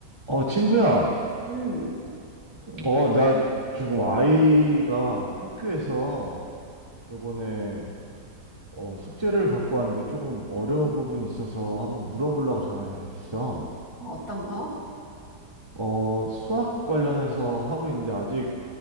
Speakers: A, on the right (about 15°); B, on the left (about 65°).
A: 어, 친구야.
B: 음,
A: 어, 나 지금 아이가 학교에서 요번에 어, 숙제를 갖고 왔는데 조금 어려운 부분이 있어서 한번 물어보려고 전화했어.
B: 어, 어떤 거?
A: 어, 수학 관련해서 하고 있는데 아직